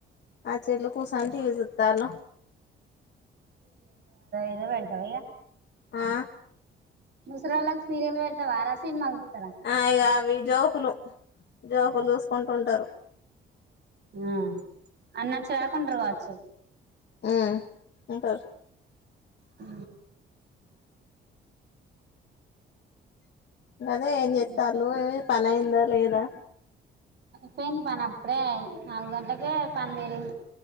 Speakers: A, on the left; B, on the right.
A: ఆచలుకు కూసోని టీవీ సూత్తలు
B: ఇగ వేడతావా ఇగ
A: ఆ
B: ముసలోళ్లకు సీరియల్ పెడతావా రా సినిమా చూత్తరా
A: ఆ ఇగా ఆగు మీ జోకులు జోకులు చూసుకుంటుంటారు
B: ఉమ్ అన్నచ్చ్చేదాకా ఉంటరు కావచ్చు
A: ఉమ్ ఉంటారు
B: ఊ
A: లేదా ఏం చెత్తళ్ళు
B: ఉమ్
A: పనైందా లేదా
B: పోయిన్ పని అప్పుడే నాలుగు గంటకే ప <unintelligible>